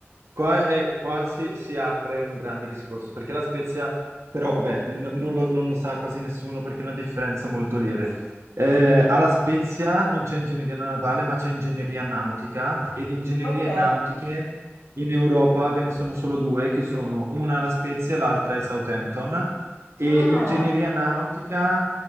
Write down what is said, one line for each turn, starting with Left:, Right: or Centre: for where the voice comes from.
Right: qua, è- qua si, si apre un grande discorso, perché la Spezia, però vabbè, n- non lo, non lo sa quasi nessuno perché è una differenza molto lieve. Eh, alla Spezia non c'è ingegneria navale, ma c'è ingegneria nautica ed ingegnerie
Left: Ah, ok.
Right: nautiche in Europa ve ne sono solo due, che sono una alla Spezia e l'altra è Southampton. E
Left: Ah.
Right: ingegneria nautica